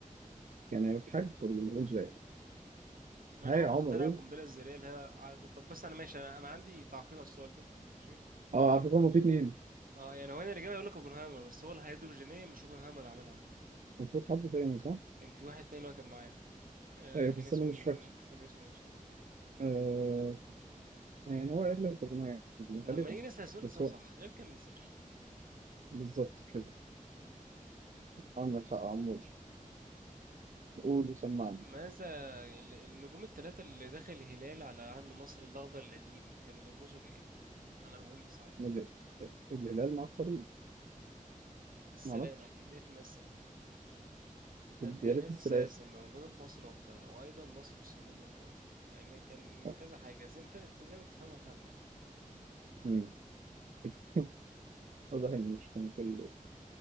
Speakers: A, on the right; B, on the right.
A: يعني في حاجة في الرينج ده يعني.
B: من
A: هاي
B: هو
A: يا
B: مخترع
A: عمر قول
B: القنبلة الذرية اللي هي ع- طب بس أنا ماشي أنا أنا عندي تعقيب على السؤال ده ماشي
A: اه على فكرة هما في اتنين
B: اه يعني هو هنا الإجابة يقول لك اوبنهايمر بس هو الهيدروجينية مش اوبنهايمر اللي عملها
A: المفروض حد تاني صح؟
B: كان في واحد تاني اللي هو كان معايا آه،
A: أيوة
B: كان
A: بس
B: اسمه
A: أنا مش فاكر
B: مش فاكر اسمه ايه بصراحة
A: آه يعني هو قال لك ربنا يعني
B: فلما
A: غالبا
B: نيجي نسأل السؤال
A: بس
B: نسأله
A: هو
B: صح غير كده ما نسألش
A: بالظبط كده عندك حق يا عمور قول وسمعني
B: ماذا ال- النجوم الثلاثة اللي داخل الهلال على علم مصر الأخضر القديم كانوا بيرمزوا لإيه؟ أنا بقول إسعاف
A: ال- الهلال مع الصليب
B: السلام
A: ما اعرفش
B: أكيد 100% السلام الديانات
A: الديالات الثلاثي
B: الثلاثة الموجودة في مصر وقتها وأيضا مصر والسودان والنوبة يعني كان
A: لا.
B: كذا حاجة زي أنت أنت زي ما تفهمها فهمها يعني
A: مم. <laughs> واضح ان مش كان كله